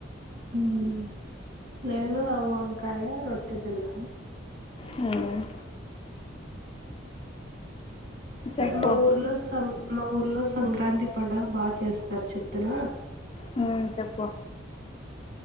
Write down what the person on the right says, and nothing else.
మ్ నేను వంకాయ రొట్టె తిన్నా
స
మా ఊర్లో స మా ఊర్లో సంక్రాంతి పండుగ బాగా చేస్తారు చెప్తున